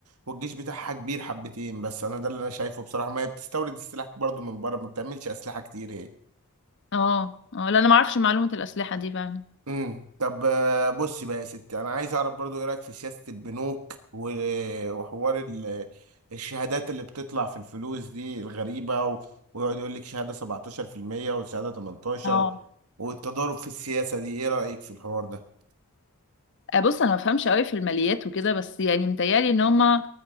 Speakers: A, on the right; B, on the left.
A: والجيش بتاعها كبير حبتين بس انا ده اللي انا شايفه بصراحة ما هي بتستورد السلاح برضو من بره ما بتعملش اسلحة كتير هي
B: اه اه لا انا ما اعرفش معلومة الأسلحة دي فعلا
A: امم طب آه، بصي بقى يا ستي انا عايز اعرف برضو ايه رايك في سياسة البنوك و- وحوار ال- الشهادات اللي بتطلع في الفلوس دي الغريبة و- ويقعد يقول لك شهادة 17% وشهادة 18
B: اه
A: والتضارب في السياسة دي ايه رايك في الحوار ده
B: آه، بص انا ما بفهمش قوي في الماليات وكده بس يعني متهيألي ان هما